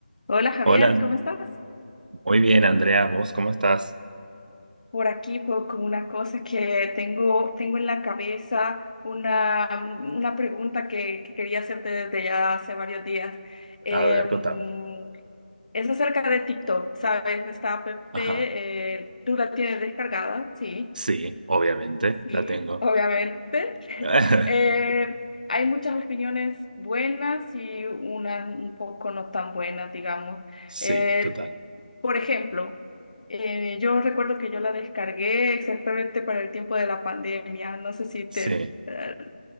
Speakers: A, on the left (about 50°); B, on the right (about 55°).
A: Hola Javier,
B: Hola,
A: ¿cómo estás?
B: muy bien, Andrea, ¿vos cómo estás?
A: Por aquí, por como una cosa que tengo, tengo en la cabeza, una, una pregunta que, que quería hacerte desde ya hace varios días. Em,
B: A ver, contame.
A: es acerca de TikTok, ¿sabes? Esta app,
B: Ajá,
A: eh, tú la tienes descargada, sí.
B: sí, obviamente,
A: Sí,
B: la tengo.
A: obviamente. <laughs>
B: <laughs>
A: Eh, hay muchas opiniones buenas y unas un poco no tan buenas, digamos.
B: Sí,
A: Eh,
B: total.
A: por ejemplo, eh, yo recuerdo que yo la descargué exactamente para el tiempo de la pandemia, no sé si
B: Sí.
A: te... <laughs>